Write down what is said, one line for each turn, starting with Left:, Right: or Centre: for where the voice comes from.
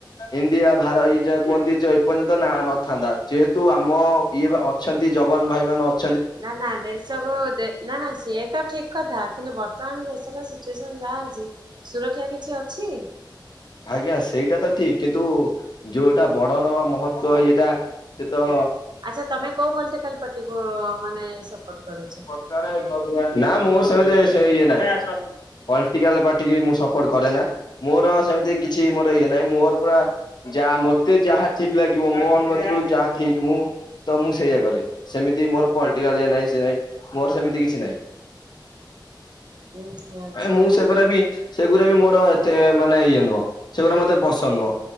Left: ଇଣ୍ଡିଆ ଭାର ଇଏ ଯାହା କୁହନ୍ତି ଚେ ଏପର୍ଯ୍ୟନ୍ତ ନା ନଥାନ୍ତା ଯେହେତୁ ଆମ ଇଏ ବା ଅ ଛନ୍ତି ଯବାନ ଭାଇ ମାନେ ଅ
Right: ନା ନା ଦେଶକୁ ଦେ ନା ନା ସିଏତ ଠିକ କଥା କିନ୍ତୁ ବର୍ତ୍ତମାନ ଦେଶର ସିଚୁଏସନ ଯାହା ଅଛି। ସୁରକ୍ଷା କିଛି ଅଛି?
Left: ଆଜ୍ଞା ସେଇଟା ତ ଠିକ୍ କିନ୍ତୁ ଯୋଉଟା ବଡ଼ର ମହତ୍ଵ ଇଏଟା। ସେତ
Right: ଆଚ୍ଛା ତମେ କୋଉ ପଲିଟିକାଲ ପାର୍ଟିକୁ ମାନେ ସପୋର୍ଟ କରୁଚ?
Left: ନା ମୋର ସେମିତି ସେ ଇଏ ନାହିଁ ପଲଟିକାଲ ପାଟିକି ମୁଁ ସ ପଟ୍ କରେ ନା ମୋର ସେମିତି କିଛି ମୋର ଇଏ ନାଇଁ ମୋର ପୁରା ଯାହା ମତେ ଯାହା ଠିକ ଲାଗିବ ମୋ ଅନମତିରୁ ଯାହା ଠିକ ମୁଁ ତ ମୁଁ ସେଇୟଆ କରେ ସେମିତି ମୋର ନାଇଁ ସେ ନାଇଁ ମୋର ସେମିତି କିଛି ନହିଁ।
Right: ଉଁ ଆଚ୍ଛା
Left: ଆ ମୁଁ ସେଗୁଡ଼ା ବି ସେଗୁଡା ବି ମୋର ଏତେ ମାନେ ଇଏ ନୁହଁ ସେଗୁଡା ମତେ ପସନ୍ଦ ନୁହଁ।